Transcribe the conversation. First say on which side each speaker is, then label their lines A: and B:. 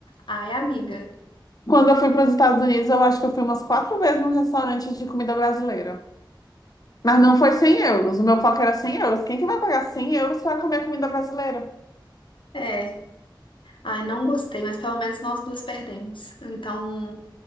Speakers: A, on the left; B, on the left.
A: Ai, amiga,
B: Quando eu fui para os Estados Unidos, eu acho que eu fui umas quatro vezes num restaurante de comida brasileira. Mas não foi 100 euros. O meu foco era 100 euros. Quem que vai pagar 100 euros para comer comida brasileira?
A: é. Ai, não gostei, mas pelo menos nós duas perdemos. Então,